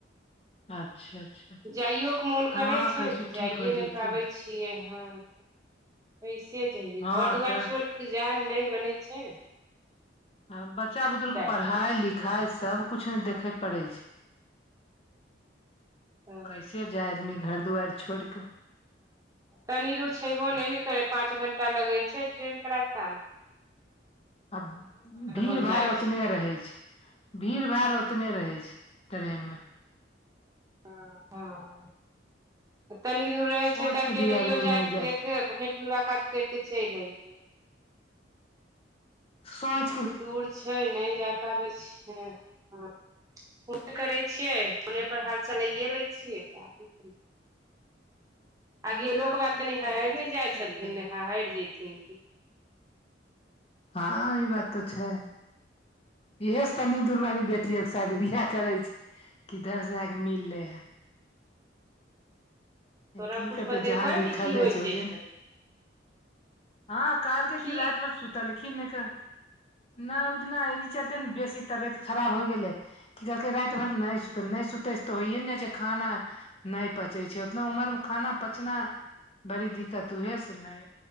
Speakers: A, on the left; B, on the right.
A: अच्छा अच्छा
B: जाइयो के मोन करे
A: हँ
B: छै
A: कैसो
B: तऽ जाइए
A: ठीक हो
B: नहि
A: जयथिन
B: पाबैत छै छियै हँ कैसे जइये
A: हँ
B: घर दुआरि
A: तऽ
B: छोड़ कऽ जाइब नहि बनै छैने
A: हॅं बच्चा बुतरु के पढ़ाई
B: पाबै छियै
A: लिखाई सब कुछु
B: सब
A: ने देखे पड़े छै
B: तऽ
A: कैसे जाय आदमी घर दुआरि छोड़ि
B: तनी दूर छयबो नहि ने करै पाँच घंटा लगै छै ट्रेनके रास्तामे
A: आब भीड़
B: हो
A: भाड़
B: जाइ
A: उतने
B: छै
A: रहै छै भीड़ भाड़ ओतने रहे छै ट्रेन मे
B: हाँ हँ तनी दूर रहै
A: सोचि
B: छै तऽ अकेलैयो
A: कऽ भी आदमी
B: जायकेऽ
A: नहि जाय
B: देखे लेब भेट मुलाकात करि के चलि एब
A: सात <unintelligible>
B: दूर छै नहि जाय पाबै छिये हँ फोन करै छियै फोने
A: हँ
B: पर हाल चलाइए लैए छियै अब की करी आगे
A: हमहूँ
B: लोक
A: आर
B: बात
A: फोने
B: तनि
A: करि
B: हहरि
A: लै छी
B: ने
A: की
B: जाइ
A: करियै
B: छथिन
A: तऽ
B: ने हहरि जायथिन की
A: हँ ई बात तऽ छै इहे से तनी दूर मे आदमी बेटियो के शादी बियाह करे छै किधर से आके मिल ले है
B: तोरा
A: की
B: कुछ
A: करतै
B: बतेलको
A: जहाँ लिखल
B: रे कि की
A: रहै
B: होइ
A: छै ओजेन
B: से
A: हँ कहलके
B: की
A: कि राति भर सुतलिखिन ने क ऽ नहि दिना ई चलते ने बेसी तबियत खराब हो गेलै की कहलकै राति भरि नहि सुतै नहि सुतै तऽ होइए न जाइ छै खाना नहि पचै छै उतना उमर मे खाना पचना बड़ी दिक्कत उहै सऽ नहि